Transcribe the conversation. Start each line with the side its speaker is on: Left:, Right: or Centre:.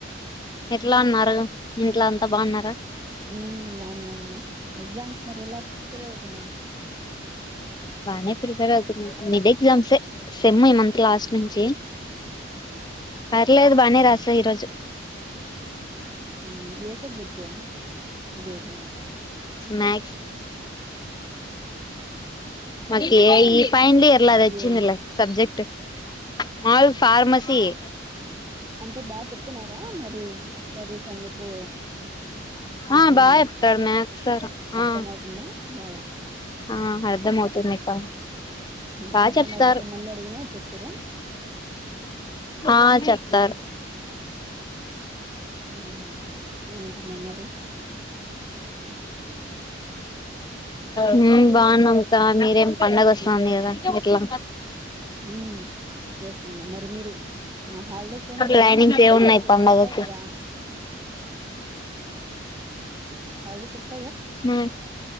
Left: ఎట్లా ఉన్నారు? ఇంట్లో అంతా బావున్నారా?
Right: హ్మ్ బావునమ్మా, ఎగ్జామ్స్ మరి ఎలా ప్రిపేర్ అవుతున్నావ్?
Left: బానే ప్రిపేర్ అవుతున్న, మిడ్ ఎక్సామ్స్ ఏ. సెమ్ ఈ మంత్ లాస్ట్
Right: ఉమ్,
Left: నుంచి,
Right: ఆహా,
Left: పర్లేదు బానే
Right: అవునా.
Left: రాస ఈరోజు.
Right: ఉమ్, ఏ సబ్జెక్టు? ఈ రోజు?
Left: మ్యాక్స్. మాకు ఏ ఐ ఫైనల్ ఇయర్లా అదొచ్చిందిలే
Right: ఏ
Left: సబ్జెక్ట్. మాదిగుడ్ ఫార్మసియే.
Right: అంటే బాగ చెప్ చెస్తున్నార మరి స్టడీస్ అందుకు టీచింగ్
Left: ఆ బాగా
Right: అందుకు
Left: చెప్తాడు మ్యాథ్స్ సార్
Right: అర్థం
Left: ఆ
Right: అవుతుందా బాగా
Left: ఆ అర్ధం అవుతుంది ఇకా
Right: ఉమ్,
Left: బాగ
Right: అర్థం
Left: చెప్తారు
Right: కాకపోతే మళ్ళీ అడిగినా చెప్తారా
Left: ఆ చెప్తారు
Right: ఉ ఉహుమ్ ఉమ్ తీర్మానమారు
Left: హ్మ్ బాగున్నామక్కా మీరేం పండగ వస్తుంది కదా ఇట్లా
Right: ఉమ్ చేస్తునా మరి మీరు హాలిడేస్ ఏం లేవా
Left: లైనింగ్స్
Right: మరి పండగకు
Left: ఏవ ఉన్నాయి పండాగకి
Right: వస్తాయి కదా హల్డేస్ స
Left: మా